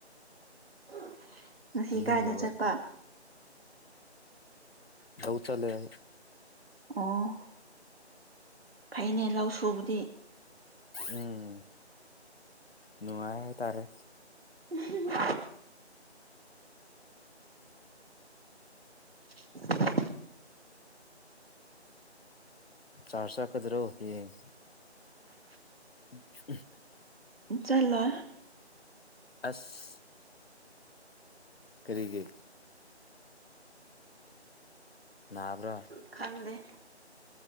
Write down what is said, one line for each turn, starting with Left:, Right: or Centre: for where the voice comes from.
Right: <unintelligible>
Left: ꯇꯨꯝꯅꯤꯡꯗꯕ
Right: ꯀꯥꯏꯗ ꯆꯠꯄ
Left: ꯊꯕꯛ ꯆꯠꯂꯦ ꯑꯩ
Right: ꯑꯣ ꯐꯩꯅꯦ ꯂꯧ ꯁꯨꯕꯗꯤ
Left: ꯎꯝ ꯅꯨꯡꯉꯥꯏ ꯍꯥꯏꯇꯔꯦ
Right: <unintelligible> <unintelligible>
Left: ꯆꯔꯁ ꯆꯠꯀꯗ꯭ꯔꯣ ꯍꯥꯌꯦꯡ <unintelligible>
Right: ꯎꯝ ꯆꯂꯣꯏ
Left: ꯑꯁ ꯀꯔꯤꯒꯤ ꯅꯕ꯭ꯔꯥ
Right: ꯈꯪꯗꯦ